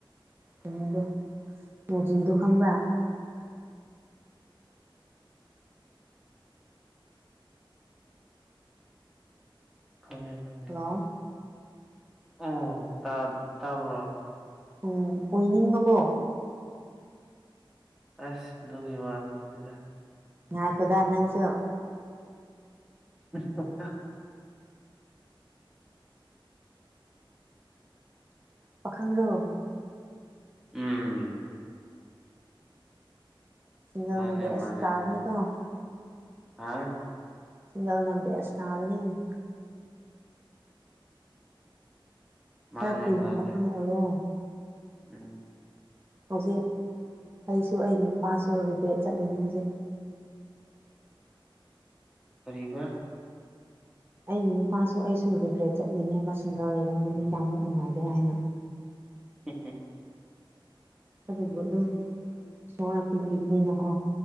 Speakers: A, on the right; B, in the centre.
A: ꯀꯩꯅꯣꯗꯣ ꯃꯣꯖꯤꯗꯣ ꯈꯪꯕ꯭ꯔ
B: ꯈꯪꯉꯦ ꯈꯪꯉꯦ
A: ꯍꯜꯂꯣ
B: ꯑꯣ ꯇꯥ ꯇꯕꯣ
A: ꯎꯝ ꯎꯏꯅꯤꯡ ꯉꯕꯣ
B: ꯑꯁ ꯑꯗꯨꯒꯤ ꯋꯥ ꯅꯠꯇꯦꯗ
A: ꯉꯥꯏ ꯈꯣꯗꯥ ꯅꯪꯁꯨ
B: <unintelligible>
A: ꯄꯥꯈꯪꯔꯣ
B: ꯎꯝ
A: ꯅ
B: ꯃꯥꯅꯦ
A: ꯕꯦꯁꯇꯥꯥꯕꯅꯤ
B: ꯃꯥꯅꯦ
A: ꯀꯣ
B: ꯍꯥ
A: ꯁꯤꯡꯒꯜ ꯅ ꯕꯦꯁ ꯇꯥꯕꯅꯤ
B: ꯃꯥꯅꯦ
A: ꯈꯔ ꯀꯨꯏꯅ
B: ꯃꯥꯅꯦ
A: ꯄꯥꯈꯪ ꯑꯣꯏꯌꯣ
B: ꯎꯝ
A: ꯍꯧꯖꯤꯛ ꯑꯩꯁꯨ ꯑꯩꯒꯤ ꯅꯨꯄꯥꯁꯨ ꯔꯤꯒ꯭ꯔꯦꯠ ꯆꯠꯂꯤꯅꯤ ꯍꯧꯖꯤꯛ
B: ꯀꯔꯤꯕ
A: ꯑꯩꯒꯤ ꯅꯨꯄꯥꯁꯨ ꯑꯩꯁꯨ ꯔꯤꯒ꯭ꯔꯦꯠ ꯆꯠꯂꯤꯅꯦꯕ ꯁꯤꯡꯒꯔ ꯂꯩꯔꯝꯃꯗꯤ ꯀꯥꯌꯥꯝꯃꯨꯛ ꯅꯨꯡꯉꯥꯏꯒ꯭ꯦꯔꯦ ꯍꯥꯏꯅ <inaudible>
B: <unintelligible>
A: ꯑꯗꯨꯕꯨ ꯑꯗꯨꯝ ꯏꯁꯣꯔꯅ ꯄꯤꯕꯤꯕꯅꯤꯅꯀꯣ